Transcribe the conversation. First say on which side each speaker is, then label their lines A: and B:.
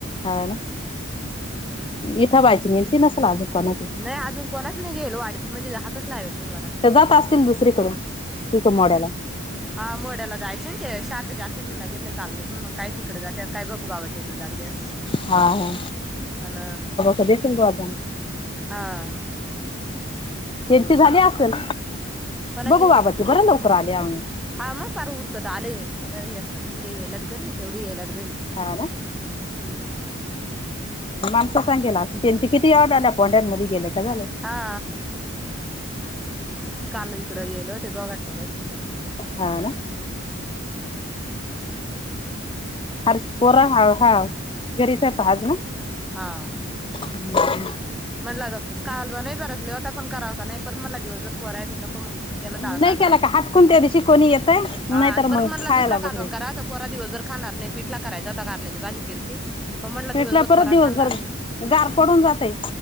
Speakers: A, on the left; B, in the centre.
A: हाव ना, इथं बाची निंची नसल अजून कोणाची.
B: नाही अजून कोणाच नाही गेलो वाडीत म्हणजे राहातच <unintelligible> नाही कोणाला
A: ते जात असतील दुसरीकडं पिक मोड्याला
B: हां मोड्याला जायचे ना ते शारदाच्या अखेरणीला घेतले कालपासून मग काय तिकडे जात्यात काय बघू बाबा. ते तिकडं जात्यात.
A: हा हा
B: अन
A: <unintelligible>
B: हा.
A: त्यांची झाली असल?
B: कोणाचे
A: बघू बाबा ती बर लवकर आलीया.
B: हा मग पार उरकत आलय आता एकनात अन ते लदगीरी हाय तेवढी लदगीरी.
A: हा ना.
B: हम्म.
A: माणस सांगेला याला त्यांची किती वेळा पोढ्यांमध्ये गेले का झाले?
B: हा. काल इकड गेलो ते गोगाटने ब
A: ह ना. हार पोरा हा- हाव घरीच हायत आज ना?
B: हा.
A: <inaudible>
B: म्हणलं ग कालव नाय बरसले होता पण कराव का नाय परत म्हणला दिवसभर पोराय हायती नको मग. केला
A: नाही
B: डाळ कांदा
A: केला का हाटकून त्या दिवशी कोणी येतय नाहीतर
B: हा आणि परत
A: मग
B: म्हणला
A: खायला
B: दुसरा कालवान
A: वगैरे
B: करा पोरा दिवसभर खाणार नाही पिठला करायचा आता कारल्याची बाजी केलती पण म्हणला दिवसभर
A: पेटला परत
B: पोरा
A: दिवसभर
B: खाणार नाही.
A: गार पडून जातय.